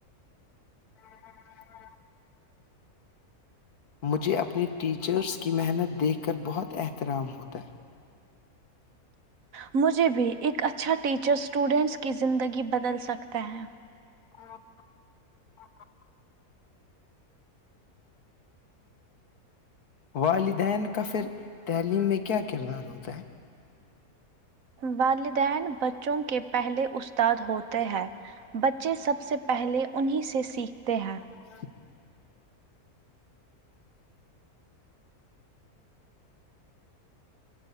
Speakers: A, on the left; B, on the right.
A: <inaudible> مجھے اپنی ٹیچرس کی محنت دیکھ کر بہت احترام ہوتا ہے
B: مجھے بھی ایک اچھا ٹیچر اسٹوڈینٹس کی زندگی بدل سکتا ہے
A: ہاں <unintelligible> والدین کا پھر تعلیم میں کیا کردار ہوتا ہے
B: والدین بچوں کے پہلے استاد ہوتے ہیں بچے سب سے پہلے انہیں سے سیکھتے ہیں
A: ہاں <unintelligible>